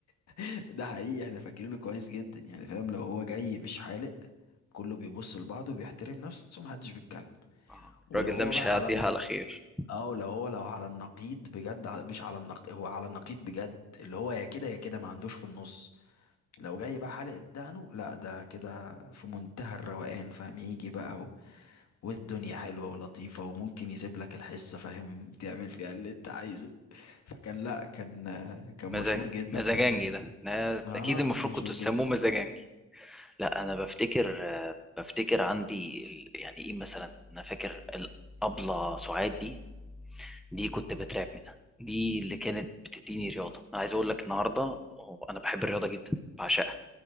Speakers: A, on the left; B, in the centre.
A: <laughs> ده حقيقي احنا فاكرينه كويس جدا يعني فاهم لو هو جاي مش حالق كله بيبص لبعضه بيحترم نفسه محدش بيتكلم
B: آه،
A: ولو
B: الراجل
A: هو
B: ده مش
A: بقى
B: هيعديها
A: على النقيض
B: على خير
A: اه لو هو لو على النقيض بجد على مش على النقيض هو على النقيض بجد اللي هو يا كده يا كده ما عندوش في النص لو جاي بقى حالق دقنه لا ده كده في منتهى الروقان فاهم يجي بقى و... والدنيا حلوة ولطيفة وممكن يسيب لك الحصة فاهم <laughs> تعمل فيها اللي انت عايزه فكان لا كان كان
B: مزاج
A: مشهور جدا
B: مزاجنجي
A: عندنا
B: ده ده
A: اه
B: اكيد المفروض
A: كان مشهور
B: كنتوا تسموه
A: جدا
B: مزاجنجي لا انا بفتكر آه، بفتكر عندي ال- يعني ايه مثلا انا فاكر الابله سعاد دي دي كنت بترعب منها دي اللي كانت بتديني رياضه انا عايز اقول لك النهارده انا بحب الرياضه جدا بعشقها